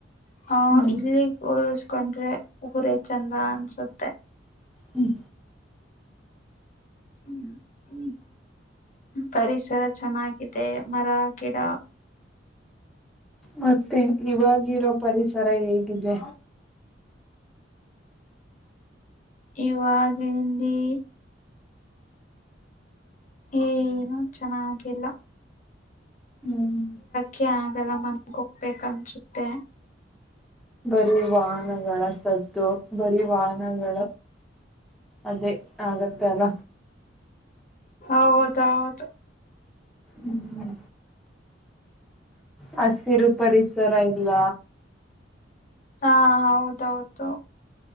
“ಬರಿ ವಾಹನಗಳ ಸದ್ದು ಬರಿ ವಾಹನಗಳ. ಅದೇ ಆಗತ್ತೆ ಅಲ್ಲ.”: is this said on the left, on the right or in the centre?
Centre